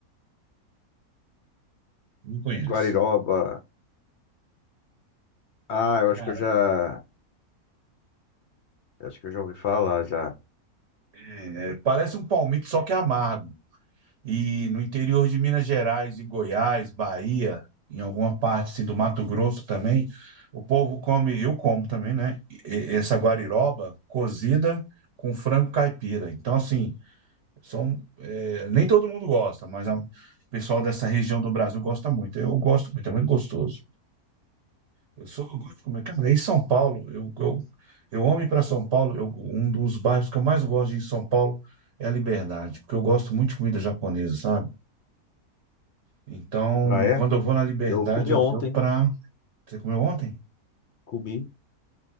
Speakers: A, on the right; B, on the left.
A: Não conhece.
B: Guariroba. Ah, eu acho
A: Cara,
B: que eu já, eu acho que eu já ouvi falar já.
A: é, é, parece um palmito, só que é amargo. E no interior de Minas Gerais e Goiás, Bahia, em alguma parte assim, do Mato Grosso também, o povo come, eu como também, né? e- e- Essa guariroba cozida com frango caipira. Então, assim, são, é, nem todo mundo gosta, mas a- o pessoal dessa região do Brasil gosta muito. Eu gosto muito, é muito gostoso. Eu sou, eu gosto de comer. Cara, em São Paulo, eu, eu, eu amo ir para São Paulo. eu- um dos bairros que eu mais gosto de ir em São Paulo é a Liberdade, porque eu gosto muito de comida japonesa, sabe? Então,
B: Ah, é?
A: quando eu vou na Liberdade,
B: Eu comi
A: eu
B: ontem.
A: vou para. Você comeu ontem?
B: Comi.